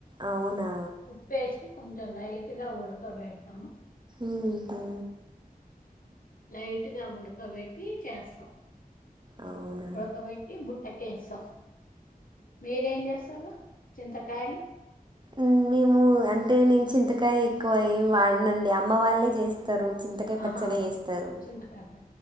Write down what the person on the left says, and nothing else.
ఉప్పేసి కొంచెం లైట్ గా ఉడకబెడతాము.
లైట్ గా ఉడకబెట్టి చేస్తాం.
ఉడకబెట్టి బుట్ ఏకేేసం మీరేం చేస్తారు? చింతకాయలు
ఆహా
చింతకాయ ప